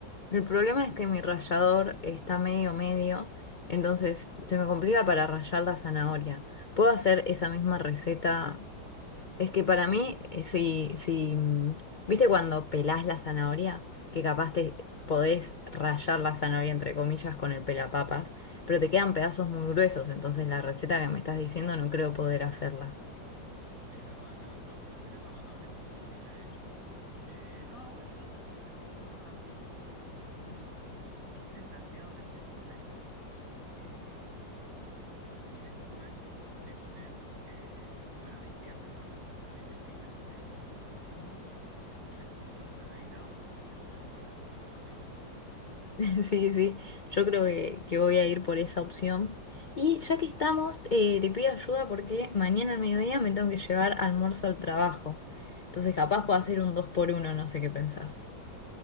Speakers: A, on the left; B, on the right.
A: El problema es que mi rallador está medio medio, entonces se me complica para rallar la zanahoria. ¿Puedo hacer esa misma receta? Es que para mí, eh, si, si, mm, ¿viste cuando pelás la zanahoria? Que capaz te podés rayar la zanahoria, entre comillas, con el pelapapas, pero te quedan pedazos muy gruesos, entonces la receta que me estás diciendo no creo poder hacerla.
B: Es verdad, claro. No, si no tenés rallador es imposible, de hecho. Eh, no, bueno, esto es, sé, sí, una rapidita con un, dijiste salteado de cebolla y huevo. Eh, y después le pones, eh, bueno, dipeás entonces zanahoria y pepino en un hummus y le sumás una saladita o, o se lo pones adentro de la rapidita, entonces.
A: <laughs> Sí, sí, yo creo que, que voy a ir por esa opción. Y ya que estamos, eh, te pido ayuda porque mañana al mediodía me tengo que llevar almuerzo al trabajo. Entonces capaz puedo hacer un dos por uno, no sé qué pensás.